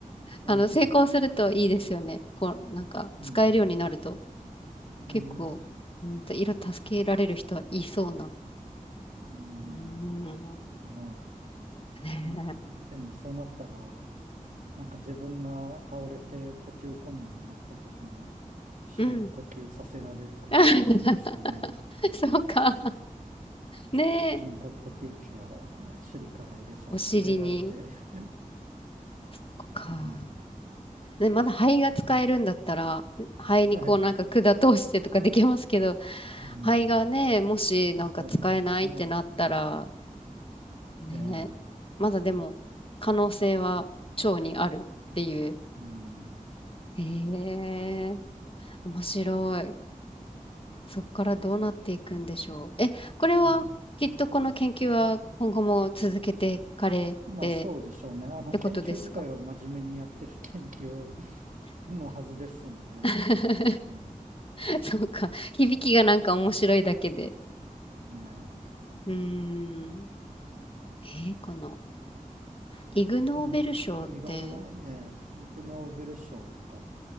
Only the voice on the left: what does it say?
あの、成功するといいですよね。こう、なんか、
使えるようになると。
結構、うんと、色助けられる人はいそうな。
うーん。
ね
え。うん。<laughs> そうか。ねえ。
お尻に。
そっか。
ね、まだ肺が使えるんだったら、肺にこうなんか管通してとかできますけど、
肺がね、もしなんか使えないってなったら、
ね
まだでも可能性は腸にあるっていう。
へえ、面白い。そこからどうなっていくんでしょう。え、これはきっとこの研究は今後も続けていかれて
ってことですか
<laughs>
そうか。響きがなんか面白いだけで。
うーん。えーこのイグ・ノーベル賞って、